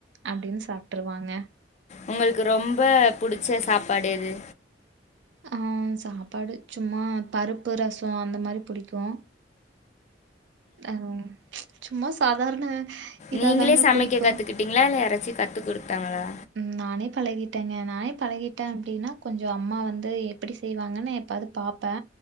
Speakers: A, on the right; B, on the left.
A: அப்டின்னு சாப்ட்டுருவாங்க
B: உங்களுக்கு ரொம்ப புடிச்ச சாப்பாடு எது
A: ஆ சாப்பாடு சும்மா பருப்பு ரச அந்த மாரி புடிக்கு ம் சும்மா சாதாரண இதாதாங்க
B: நீங்களே சமைக்க
A: புடிக்கு
B: கத்துக்கிட்டீங்களா இல்ல யாராச்சு கத்துக்கொடுத்தங்கலா
A: ம் நானே பழகிட்டேங்க நானே பழகிட்டே அப்டின்னா கொஞ்ச அம்மா வந்து எப்டி செய்வாங்கன்னு பாத் பாப்பே